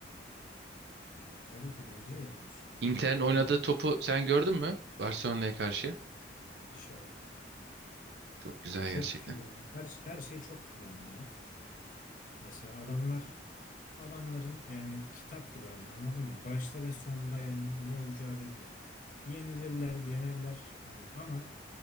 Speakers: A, on the left; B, on the right.
A: Yani tabii ki bence de yanlış.
B: Inter'in
A: Ya
B: oynadığı
A: Allah
B: topu sen gördün mü? Barcelona'ya karşı.
A: müthiş abi.
B: Çok güzel
A: Çok
B: gerçekten.
A: plan. Her, her şey çok planlı ya. Mesela adamlar adamların yani kitap gibi hani anladın mı? Başta ve sonda yani ne olacağı belli. Yenilirler, yenerler hani ama